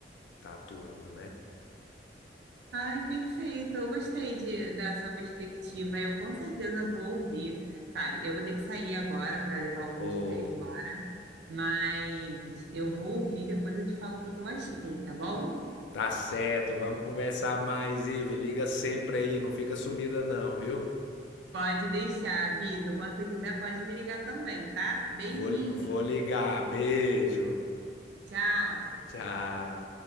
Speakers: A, on the left (about 85°); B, on the right (about 70°).
A: tá atuando, né?
B: Ai, perfeito. Eu gostei de, da sua perspectiva. Eu com certeza vou ouvir, sabe? Eu vou ter que sair agora para levar o Canjica
A: Ou
B: ali fora, mas eu vou ouvir, depois eu te falo o que que eu achei, tá bom?
A: Tá certo, vamos conversar mais, Ive. Liga sempre aí, não fica sumida não, viu?
B: Pode deixar, Vitor. Quando você quiser, pode me ligar também, tá? Beijinho.
A: Vou, vou ligar. Beijo.
B: Tchau.
A: Tchau.